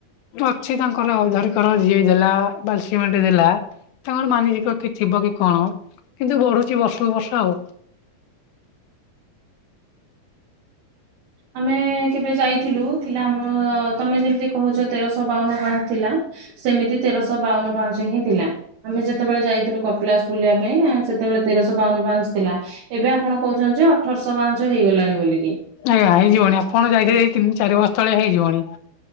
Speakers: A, on the left; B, on the right.
A: ଅଛି ତାଙ୍କର ଅଉ ଧରକର ଯିଏ ଦେଲା ବାଲି, ସିମେଣ୍ଟ ଦେଲା ତାଙ୍କର ମାନସିକ କି ଥିବ କି କଣ? କିନ୍ତୁ ବଢୁଛି ବର୍ଷକୁ ବର୍ଷ ଆଉ।
B: ଆମେ ମେ କେବେ ଯାଇଥିଲୁ ଥିଲା ଆମ ତମେ ଯେମିତି କହୁଛ ତେରଶହ ବାଉନ ପାହାଚ ଥିଲା। ସେମିତି ତେରଶହ ବାଉନ ପାହାଚ ହିଁ ଥିଲା। ଆମେ ଯେତେବେଳେ ଯାଇଥିଲୁ କପିଳାସ ବୁଲିବା ପାଇଁ ଆ ସେତେବେଳେ ତେରଶହ ବାଉନ ପାହାଚ ଥିଲା। ଏବେ ଆପଣ କହୁଛନ୍ତି ଯେ ଅଠରଶହ ପାହଚ ହେଇଗଲାଣି ବୋଲି କି।
A: ଆଜ୍ଞା ହେଇଯିବଣି। ଆପଣ ଯାଇଥିବେ ଏଇ ତିନି ଚାରି ବର୍ଷ ତଳେ ହେଇଯିବଣି।